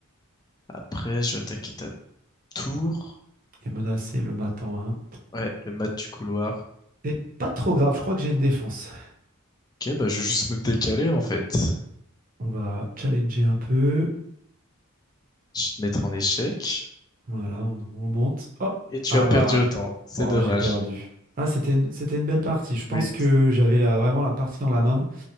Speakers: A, on the left; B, on the right.
A: Après, je vais attaquer ta tour.
B: et menacer le mat en 1.
A: Ouais, le mat du couloir.
B: C'est pas trop grave, je crois que j'ai une défense.
A: Ok, bah je vais juste me décaler en fait.
B: On va challenger un peu.
A: Je vais te mettre en échec.
B: Voilà, on, on monte. Oh!
A: Et tu
B: Ah
A: as perdu
B: bah,
A: autant. C'est
B: bon,
A: dommage.
B: j'ai perdu. Ah, c'était une, c'était une belle partie. Je pense
A: Oui,
B: que j'avais la- vraiment la partie dans la main.